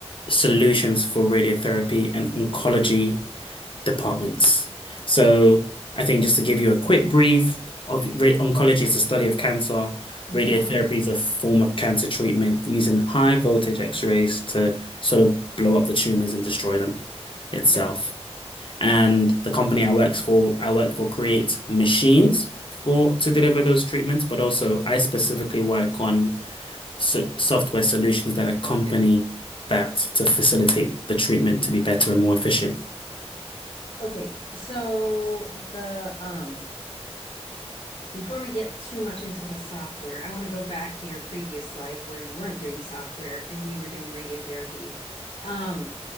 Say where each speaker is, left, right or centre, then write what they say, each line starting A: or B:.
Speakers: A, on the left (about 50°); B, on the left (about 70°).
A: solutions for radiotherapy and oncology departments. So I think just to give you a quick brief of ra- oncology is the study of cancer.
B: Mm-hmm.
A: Radiotherapy is a form of cancer treatment using high voltage X-rays to sort of blow up the tumors and destroy them itself.
B: Yep.
A: And the company I work for, I work for creates machines for to deliver those treatments, but also I specifically work on so software solutions that accompany that to facilitate the treatment to be better and more efficient.
B: Okay, so the um before we get too much into the software, I want to go back to your previous life where you weren't doing software and you were doing radiotherapy. Um,